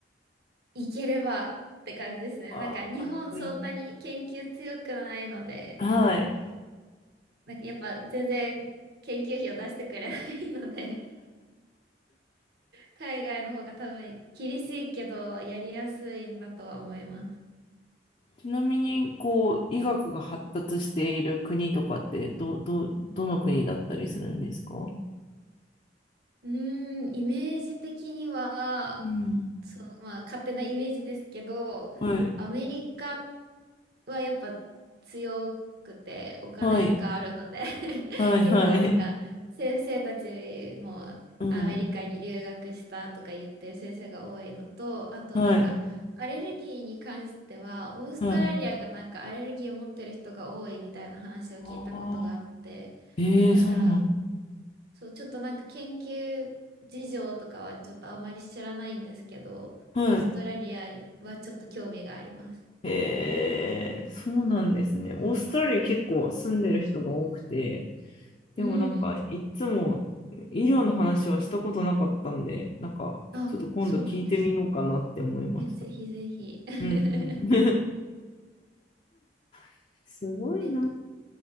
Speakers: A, on the right; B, on the left.
A: 行ければって感じですね。
B: ああ、
A: なんか日本そんなに研究強くないので、
B: かっこいい。はい。
A: なんかやっぱ全然研究費を出してくれないので、海外の方が多分厳しいけどやりやすいんだとは思います。
B: ちなみに、こう、医学が発達している国とかって、ど、ど、どの国だったりするんですか
A: うーん、イメージ的には、
B: うん。
A: そう、まあ勝手なイメージですけど、
B: はい。
A: アメリカはやっぱ強くてお金があるので
B: はい。
A: <laughs>
B: はい、
A: 結構なんか先生たちもアメリカに留学したとか言ってる先生が多いのと、
B: はい。うん。
A: あとなんかアレルギーに関してはオーストラリアがなんかアレルギーを持ってる人が多いみたいな話を聞いたことがあって、
B: はい。はい。ああ、ええー、
A: だから
B: そうなんだ。
A: そう、ちょっとなんか研究事情とかはちょっとあまり知らないんですけど、
B: はい。
A: オーストラリアはちょっと興味があります。
B: へえ、そうなんですね。オーストラリア結構住んでる人が多くて、でもなんかいつも医療の話はしたことなかったんで、
A: うん。
B: なんかちょっと今度聞いてみようかなって思いました。
A: あ、そうなんですね。え、ぜひぜひ。<laughs>
B: うんうん。<laughs> すごいな。
A: え、